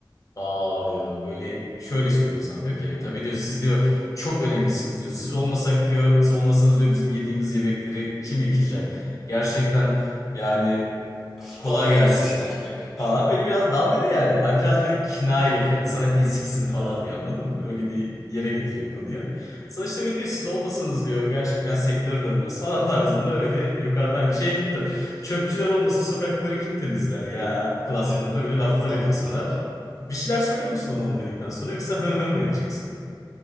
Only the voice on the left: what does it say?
Aa diyor böyle şöyle söylüyor sana diyor ki tabii diyor siz diyor çok önemlisiniz diyor. Siz olmasak diyor siz olmasanız diyor bizim yediğimiz yemekleri kim yıkayacak? Gerçekten yani
kolay
gelsin
falan. Böyle biraz dalgalı yani. Abi Biraz böyle kinaye
yapıyor yani. Sana eziksin falan
diyor anladın mı? Öyle bir yere getiriyor konuyu. Sonra işte böyle diyor siz olmasanız diyor gerçekten sektör dönmez falan <laughs> tarzında öyle yukarıdan şey çıktı. Çöpçüler olmasa sokakları kim temizler ya klasmanında
böyle laflar
ediyor
sana.
Bir şeyler söylüyor musun ona onu dedikten sonra yoksa hı hı mı edeceksin?